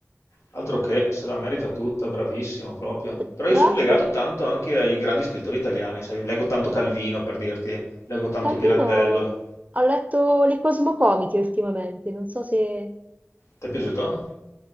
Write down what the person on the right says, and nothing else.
Tr-
Tra
l'altro,
Calvino,
ho letto le Cosmocomiche ultimamente, non so se